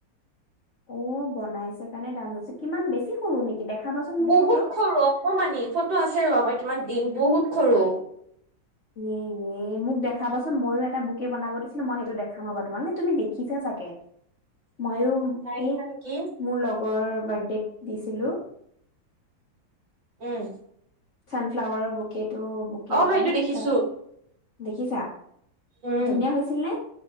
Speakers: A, on the left; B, on the right.
A: অ বনাইছে কাৰণে দাম লৈছে কিমান বেছি সৰু নেকি। <unintelligible> মোক
B: বহুত
A: ফটো
B: সৰু অকমানি ফটো আছে ৰবা মই তোমাক দিম বহুত সৰু।
A: এ এ মোক দেখাবাচোন ময়ো এটা বুকে বনাব দিছিলে মই সেইটো দেখাবা তোমাক নে তুমি দেখিছা। <unintelligible> চাকে।
B: <inaudible>
A: ময়ো
B: নাই দেখা
A: এই
B: নেকি
A: মোৰ লগ। ৰ বাৰ্থডেট দিছিলো।
B: উম।
A: চানফ্লাৱাৰৰ বুকেটো বুকে
B: অ
A: এটা
B: সেইটো
A: মস্ত
B: দেখিছো
A: <unintelligible> দেখিছা
B: উম
A: ধুনীয়া হৈছিল নে।